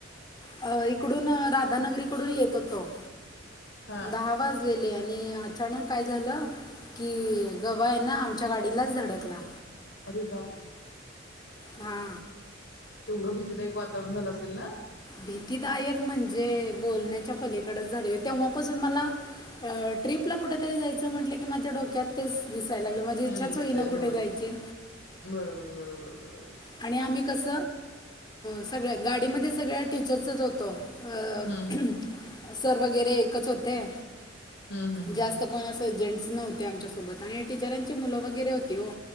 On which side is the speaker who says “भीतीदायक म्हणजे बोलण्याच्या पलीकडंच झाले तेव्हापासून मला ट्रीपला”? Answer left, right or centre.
Left